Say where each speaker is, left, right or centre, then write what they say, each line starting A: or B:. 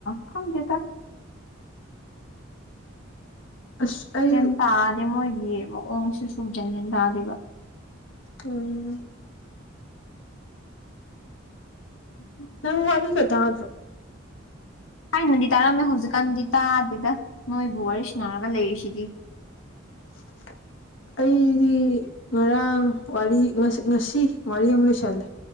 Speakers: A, on the left; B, on the left.
A: ꯈꯪꯗꯦ ꯇ
B: ꯑꯁ ꯑꯩ
A: ꯟ ꯇꯥꯗꯦ ꯃꯣꯏꯒꯤ ꯃꯑꯣꯡꯁꯤ ꯁꯨꯖꯟꯖꯟ ꯇꯥꯗꯦꯕ
B: ꯎꯝ
A: ꯎꯝ
B: ꯅꯪ ꯋꯥꯔꯤꯔꯤꯒ ꯇ꯭ꯔꯣ
A: ꯊꯥꯏꯅꯗꯤ ꯇꯥꯔꯝꯃꯦ ꯍꯧꯖꯤꯛꯀꯥꯟꯗꯤ ꯇꯥꯗꯦꯗ ꯅꯣꯏꯕꯨ ꯋꯥꯔꯤ ꯁꯅꯔꯒ ꯂꯩꯔꯤꯁꯤꯗꯤ
B: <unintelligible> ꯑꯩꯗꯤ ꯉꯔꯥꯡ ꯋꯥꯔꯤ ꯉꯁꯤ ꯋꯥꯔꯤ ꯑꯃ ꯂꯣꯏꯁꯜꯂꯦ